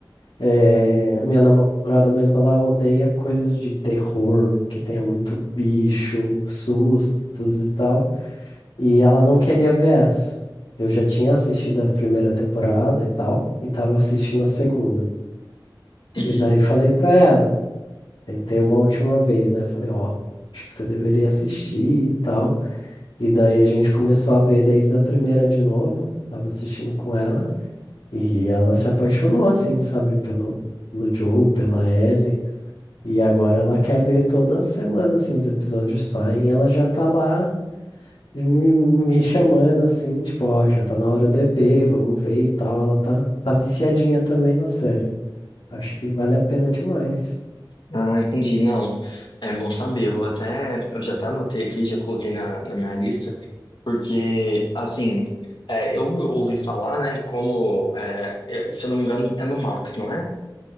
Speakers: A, on the left (about 90°); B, on the left (about 70°).
A: É, minha namorada mesmo, ela odeia coisas de terror, que tenha muito bicho, sustos e tal. E ela não queria ver essa. Eu já tinha assistido a primeira temporada e tal, e tava assistindo a segunda.
B: Uhum.
A: E daí falei pra ela, tentei uma última vez, né? Falei, ó, acho que você deveria assistir e tal. E daí a gente começou a ver desde a primeira de novo, tava assistindo com ela, e ela se apaixonou, assim, sabe, pelo, pelo Joe, pela Ellie. E agora ela quer ver toda semana, assim, os episódios saem, ela já tá lá E me, me chamando assim, tipo, ó, já tá na hora do EP, vamos ver e tal. Ela tá, tá viciadinha também na série. Acho que vale a pena demais.
B: Ah, entendi. Não, é bom saber. Eu até, eu já até anotei aqui, já coloquei na, na minha lista, porque, assim, é, eu ouvi falar, né, como, é, é, se eu não me engano, é no Max, não é?